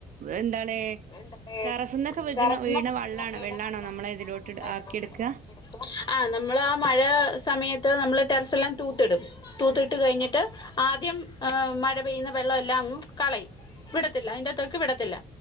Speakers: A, on the right (about 50°); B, on the left (about 25°).
A: എന്താണ്
B: എന്താ
A: ടെറസ്ന്നൊക്കെ
B: ണ് <unintelligible>
A: വീണ
B: പറ തറസന്നൊക്കെ
A: വീണ
B: വരുന്ന
A: വെള്ളാണോ
B: വീണ്
A: വെള്ളാണോ
B: വെള്ള
A: നമ്മളെ
B: വെള്ളോ
A: ഇതിലോട്ട്
B: നമ്മ
A: ആക്കിയെടുക്കുക
B: ഇതിലോട്ട എടുക്ക ആ നമ്മൾ ആ മഴ സമയത്ത് നമ്മൾ. ടെറസെല്ലാം തൂത്തിടും തൂത്തിട്ട് കഴിഞ്ഞിട്ട് ആദ്യം ആ മഴ പെയ്യുന്ന വെള്ളം എല്ലാം അങ്ങ് കളയും വിടത്തില്ല അതിന്റെത്തേക്ക് വിടത്തില്ല